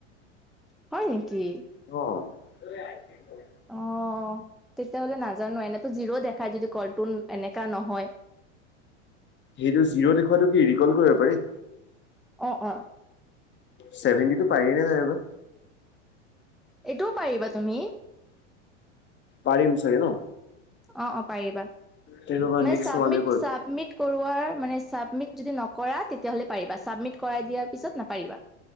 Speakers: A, in the centre; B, on the left.
A: হয় নেকি?
B: অ'।
A: অ'। তেতিযয়াহলে নাজানো, এনেতো জিৰ' দেখাই যদি কলটোন এনেকা নহয়।
B: সেইটো জিৰ' দেখুৱটো কি ৰিকল কৰিব পাৰি?
A: অ', অ'।
B: ছেভেণ্টি টো পাৰি নে নাই বা?
A: এইটোও পাৰিবা তুমি।
B: পাৰিম চাগে ন?
A: অ', অ', পাৰিবা।
B: তে ৰ'বা নেক্সট
A: চাবমিট-চাবমিট
B: তোমালৈ কৰিম
A: কৰোৱাৰ মানে চাবমিট যদি নকৰা তেতিয়া হলে পাৰিবা চাবমিট কৰাই দিয়াৰ পিছত নাপাৰিবা।